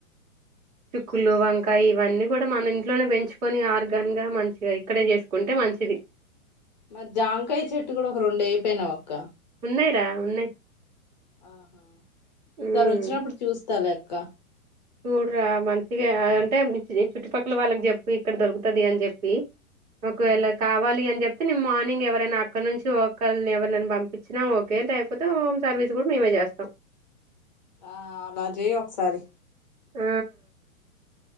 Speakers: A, on the right; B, on the left.
A: చుక్కులు వంకాయ ఇవన్నీ కూడా మన ఇంట్నే పెంచుకొని ఆర్గాన్ గా మంచిగా ఇక్కడే చేసుకుంటే మంచిది
B: మరి జాంకాయ చెట్టు కూడా ఒక రెండు వేయకవపోయేనవ అక్క
A: ఉన్నాయి రా ఉన్నాయి
B: ఆహా
A: ఉమ్
B: ఈసారి వచ్చినప్పుడు చూస్తా లే క్క
A: చూడరా మంచిగా అంటే చుట్టుపక్కల వాళ్ళకి చెప్పు ఇక్కడ దొరుకుతది అని చెప్పి ఒకవేళ
B: ఉమ్,
A: కావాలి అని చెప్పి అయితే నేను మార్నింగ్ ఎవరైనా అక్కడి నుంచి ఒకక్కరిని ఎవరిని పంపించినా ఓకే లేకపోతే హోమ్ సర్వీస్ కూడా మేమే చేస్తాం
B: ఆ అలా చేయి ఒకసారి
A: ఆ